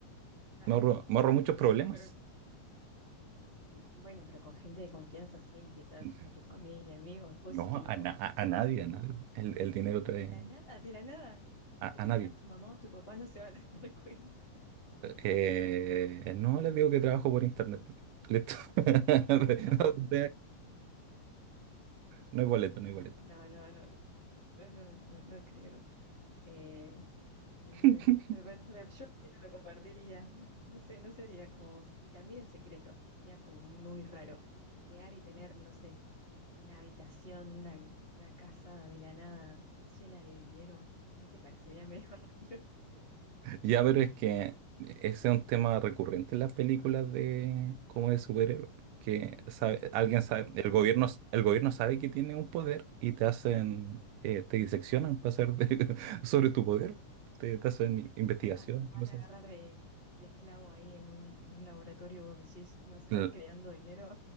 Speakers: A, on the left; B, on the right.
A: Nah.
B: Me ahorro, me
A: <laughs>
B: ahorro muchos problemas.
A: Pero mm, bueno, pero con gente de confianza, sí, quizás
B: <laughs>
A: con tu familia, amigos. Vos decís
B: No,
A: que no.
B: a, na- a- a nadie, a nadie. El, el dinero trae
A: De la nada, de la nada.
B: a,
A: De
B: a
A: la
B: nadie.
A: nada tu mamá o tu papá no se van a <laughs> dar cuenta.
B: Eh, no les digo que trabajo por internet. Listo. <laughs>
A: No.
B: No, no no hay boleto, no hay boleto.
A: No, no, no, no, no, no, no creo. Eh, no
B: <laughs>
A: sé, me par- me- yo no lo compartiría. No sé, no sería como vos. Y también el secreto, sería como muy raro. Crear y tener, no sé, una habitación, una, una casa de la nada llena de dinero, ¿no te parecería medio <laughs> raro?
B: Ya, pero es que ese es un tema recurrente en las películas de como de superhéroes, po, que sabe- alguien
A: Pero
B: sabe,
A: ¿cómo,
B: el
A: cómo
B: gobierno,
A: lo,
B: el gobierno sabe que tiene un poder y te hacen, eh, te diseccionan para hacer de- <laughs> sobre tu poder, te, te hacen investigación
A: te van a, te van
B: y cosas
A: a agarrar
B: así.
A: de, de esclavo ahí en un, en un laboratorio? Vos decís, y vas a estar
B: Cl-
A: creando dinero.